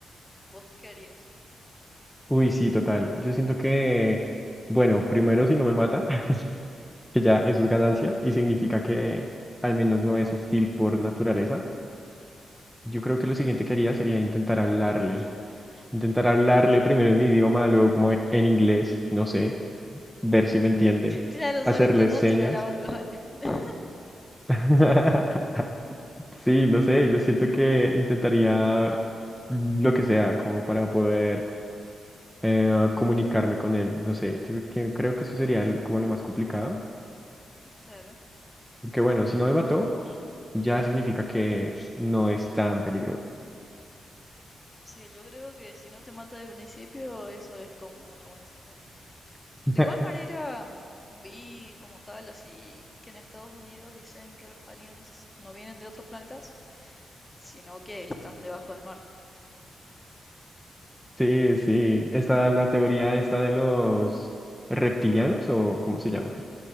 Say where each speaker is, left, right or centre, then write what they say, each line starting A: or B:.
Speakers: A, on the left; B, in the centre.
A: ¿Vos qué harías?
B: Uy, sí, total. Yo siento que, bueno, primero si no me mata. que ya eso es ganancia y significa que al menos no es hostil por naturaleza. Yo creo que lo siguiente que haría sería intentar hablarle, intentar hablarle primero en mi idioma, luego como en en inglés, no sé, ver si me entiende,
A: Claro,
B: hacerle
A: son internacional
B: señas.
A: ahora los aliens. <laughs>
B: <laughs> Sí, no sé, yo siento que intentaría lo que sea como para poder eh, comunicarme con él, no sé, yo que- creo que eso sería el- como lo más complicado,
A: Claro.
B: que bueno, si no me mató, ya significa que no es tan peligroso.
A: Sí, yo creo que si no te mata de principio, eso es como una buena señal.
B: <laughs>
A: De igual manera, mm, vi como tal, así que en Estados Unidos dicen que los aliens no vienen de otros planetas, sino que están debajo del mar.
B: Sí, sí. Está la teoría esta de los reptilianos o cómo se llama.